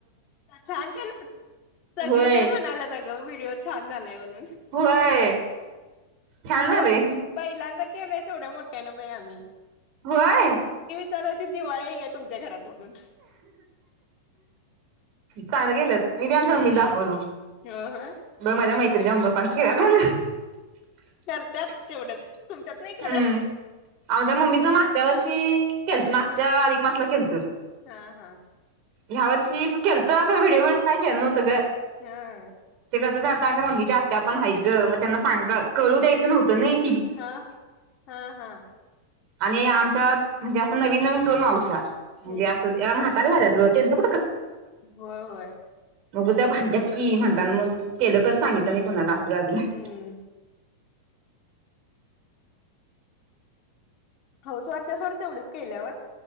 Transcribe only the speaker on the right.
होय
होय.. छान
झालंय
होय...
चांगलं गेलत. मी
दाखवलू.
बाई माझ्या मैत्रि <unintelligible>
ह्म्म.. आमच्या मम्मीच मागच्या वर्षी मागच्या अधिक मास ला केलत.
ह्या वर्षी केलत का? व्हीडिओ बिडीओ काय केल नव्हत ग?
कस झालत? आमच्या मम्मी च्या आत्या पण हायत ग.. त्यांना सांग कळू द्यायच नव्हतं नयी?
आणि आमच्या म्हणजे.. अस नवीन नवीन दोन मावश्या म्हणजे..
अस.. त्या म्हातार्‍या झाल्यात. केलत
मग त्या भांट्यात की म्हणताना मग केलं कर सांगितलं नाही कुणाला झालं